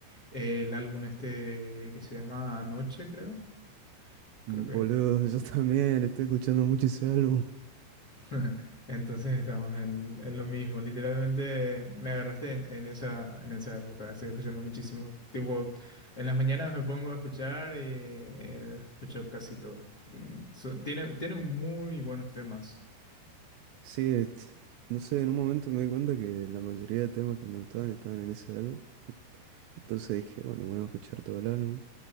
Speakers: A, on the left (about 40°); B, on the right (about 80°).
A: eh, el álbum este que se llama Anoche, creo, creo
B: Mm,
A: que
B: Boludo, <laughs> yo también estoy escuchando mucho ese álbum.
A: <laughs> Entonces estamos en, en lo mismo. Literalmente me agarraste en, en esa, en esa época. Estoy escuchando muchísimo. Tipo, en las mañanas me pongo a escuchar y eh, escucho casi todo. Mm, so- tiene, tiene muy buenos temas.
B: Sí, et- no sé, en un momento me di cuenta que la mayoría de temas que me gustaban estaban en ese álbum. Entonces dije, bueno, voy a escuchar todo el álbum